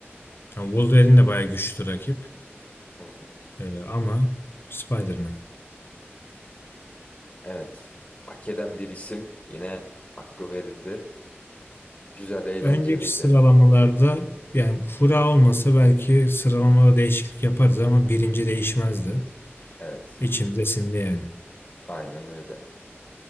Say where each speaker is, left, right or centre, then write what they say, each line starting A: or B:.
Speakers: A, on the left; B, on the left.
A: Yani Wolverine de bayağı güçlü rakip.
B: Hı hı.
A: E, ama Spider-Man.
B: Evet. Hak eden bir isim. Yine hakkı verildi. Güzel, eğlenceliydi.
A: Önceki sıralamalarda yani kura olmasa belki sıralamada değişiklik yaparız ama birinci değişmezdi.
B: Evet.
A: İçimde sindi yani.
B: Aynen öyle.